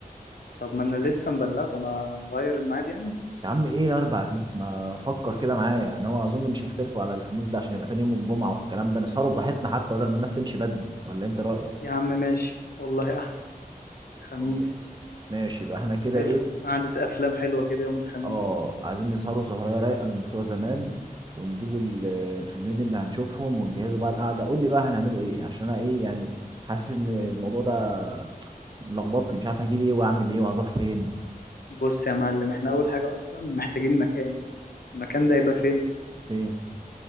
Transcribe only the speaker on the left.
طب ما انا لسه مبلغهم اغير الميعاد يعني
يا عم ماشي والله احسن خميس
حلو
قعدة افلام حلوه كده يوم الخميس
بص يا معلم احنا اول حاجه اصلا محتاجين مكان المكان ده هيبقى فين